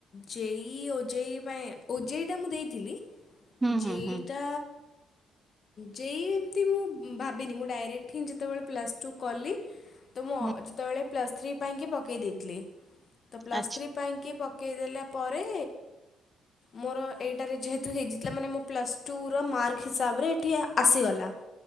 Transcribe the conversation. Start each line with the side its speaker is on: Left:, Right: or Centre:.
Left: ଜେ ଇ ଓ ଜେ ଇ ପାଇଁ ଓ ଜେ ଇ ଟା ମୁଁ ଦେଇଥିଲି
Right: ହୁଁ
Left: ଯେ
Right: ହୁଁ ହୁଁ
Left: ଇ ଟା ଯେ ଇ ଏମିତି ମୁଁ ଭାବିନି ମୁଁ ଡାଇରେକ୍ଟ ହିଁ ଯେତେବେଳେ ପ୍ଲସ୍ ଟୁ କଲି ତ ମୁଁ
Right: ହୁଁ
Left: ଅ ଯେତେବେଳେ ପ୍ଲସ୍ ଥ୍ରୀ ପାଇଁକି ପକେଇଦେଇଥିଲି। ତ ପ୍ଲସ
Right: ଆଚ୍ଛା
Left: ଥ୍ରି ପାଇଁକି ପକେଇଦେଲାପରେ ମୋର ଏଇଟାରେ ଯେହେତୁ ହେଇଯାଇଥିଲା ମାନେ ମଁ ପ୍ଲସ୍ ଟୁୁର ମାର୍କ ହିସାବରେ ଏଇଠି ଆସିଗଲା। <inaudible>